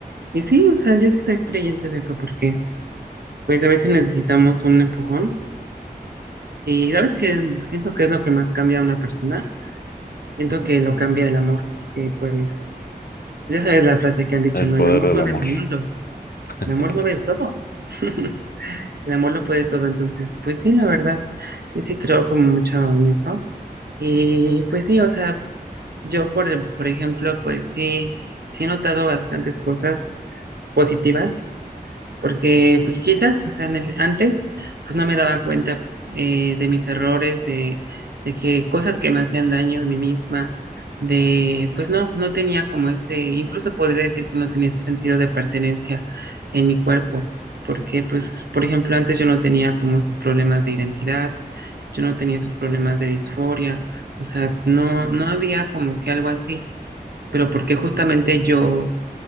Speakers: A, on the right (about 85°); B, on the left (about 75°).
A: Y sí, o sea, yo sí soy creyente de eso porque pues a veces necesitamos un empujón Y sabes que siento que es lo que más cambia a una persona. Siento que lo cambia el amor, porque pues, ya sabes la frase que han dicho,
B: El
A: ¿no?
B: poder
A: El amor
B: del
A: mueve
B: amor.
A: mundos,
B: <laughs>
A: el amor mueve todo. <laughs> El amor lo puede todo, entonces, pues sí, la verdad, yo sí creo como mucho en eso. Y pues sí, o sea, yo por, por ejemplo, pues sí, sí he notado bastantes cosas positivas porque pues quizás, o sea, en el, antes, pues no me daba cuenta eh, de mis errores, de, de que cosas que me hacían daño a mí misma, de, pues no, no tenía como este, incluso podría decir que no tenía este sentido de pertenencia en mi cuerpo, porque pues, por ejemplo, antes yo no tenía como estos problemas de identidad, yo no tenía esos problemas de disforia, o sea, no, no había como que algo así, pero porque justamente yo